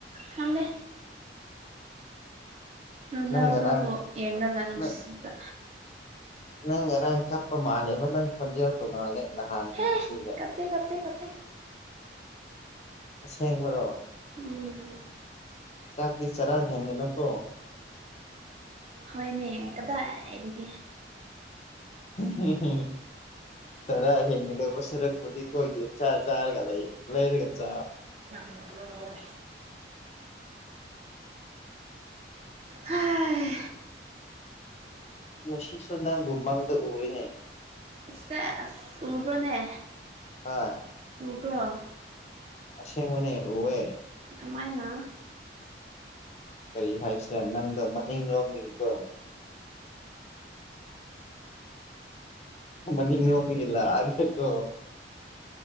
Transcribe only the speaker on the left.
ꯅꯪ ꯉꯔꯥꯡ
ꯅꯪ ꯅꯪ ꯉꯔꯥꯡ ꯀꯞꯄ ꯃꯥꯜꯂꯦ ꯅꯪ ꯈꯨꯣꯟꯖ ꯇꯣꯅꯜꯦ ꯍꯥꯥꯟꯗꫭ
ꯑꯁꯤꯒ
ꯑꯁꯦꯡꯕꯔꯣ
ꯆꯛꯇꯤ ꯆꯔꯥ ꯍ‌ꯦꯟꯒꯅꯨꯀꫭ
ꯍꯨꯝ ꯍꯨꯝ <unintelligible> ꯆꯔꯥ ꯍꯤꯡꯒꯗꯧꯕ ꯁꯔꯛꯄꯣꯗꯤꯀ ꯑꯣꯏ ꯌꯦꯦꯖꯥꯥꯔꯒ ꯂꯩ ꯂꯩꯔꯒ ꯆꯥ
ꯉꯁꯤꯁꯨ ꯅꯪꯕꯨ ꯃꯥꯡꯗ ꯎꯅꯦ
ꯍꯣꯏ꯫
ꯑꯁꯦꯡꯕꯅꯦ ꯎꯋꯦ
ꯀꯔꯤ ꯍꯥꯏꯁꯤꯅꯦ ꯅꯪꯗꯣ ꯃꯅꯤꯡ ꯂꯣꯝ ꯃꯤꯗꯣ ꯃꯅꯤꯣꯃꯤꯒꯂ ꯍꯥꯏꯒꯂꯣ